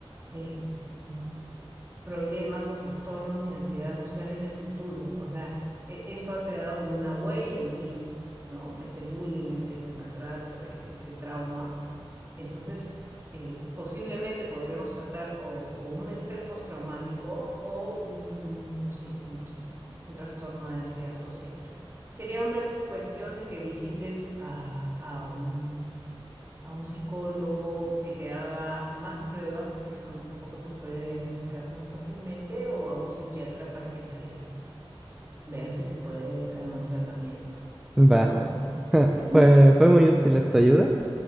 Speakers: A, on the right; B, in the centre.
A: em, mm, problemas o trastornos de ansiedad social en el futuro. O sea, e- eso ha creado como una huella en ti, ¿no? Ese bullying, ese, ese maltrato, ese, ese trauma. Entonces, eh, posiblemente podríamos tratar o, o un estrés postraumático o un, un sí- un sí- un trastorno de ansiedad social. Sería una cuestión de que visites a, a un, a un psicólogo que te haga más pruebas, porque eso no- tampoco se puede diagnosticar tan fácilmente, o a un psiquiatra para que te vea si te puede dar un tratamiento,
B: va.
A: ¿no?
B: <laughs>
A: Ujú,
B: Fue, fue muy útil esta ayuda.